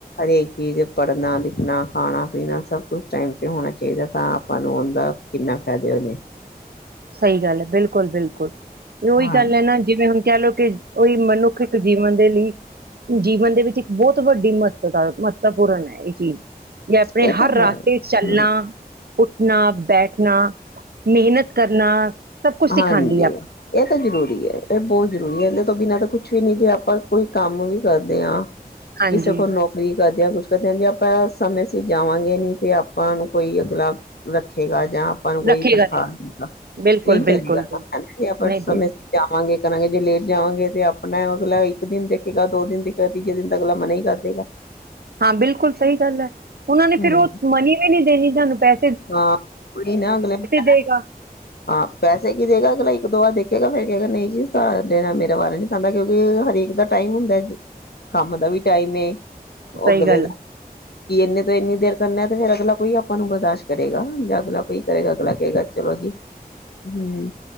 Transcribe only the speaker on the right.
ਸਹੀ ਗੱਲ ਹੈ, ਬਿਲਕੁਲ-ਬਿਲਕੁਲ। ਉਹੀ
ਗੱਲ ਹੈ, ਨਾ ਜਿਵੇਂ ਹੁਣ ਕਹਿ ਲਓ ਕਿ ਉਹੀ ਮਨੁੱਖ ਇੱਕ ਜੀਵਨ ਦੇ ਲਈ ਜੀਵਨ ਦੇ ਵਿੱਚ ਇੱਕ ਬਹੁਤ ਵੱਡੀ ਮਹੱਤਤਾ ਮਹੱਤਵਪੂਰਨ ਹੈ, ਇਹ ਚੀਜ਼। ਜਾ ਆਪਣੇ
ਹਰ
ਰਸਤੇ
ਚ ਚੱਲਣਾ
ਉੱਠਣਾ, ਬੈਠਣਾ, ਮਿਹਨਤ ਕਰਨਾ ਸਭ ਕੁਛ
ਸਿਖਾਉਂਦੀ ਆ
ਹਾਂਜੀ
ਰੱਖੇਗਾ
ਨਹੀਂ ਬਿਲਕੁਲ
ਬਿਲਕੁਲ ਬਿਲਕੁਲ
ਨਹੀਂ
ਦੇ
ਹਾਂ ਬਿਲਕੁਲ ਸਹੀ ਗੱਲ ਹੈ। ਉਹਨਾ ਨੇ
ਫ਼ੇਰ ਉਹ ਮਨੀ ਵੀ ਨੀ ਦੇਣੀ ਸਾਨੂੰ ਪੈ
ਦੇਗਾ
ਸਹੀ
ਗੱਲ
ਐ।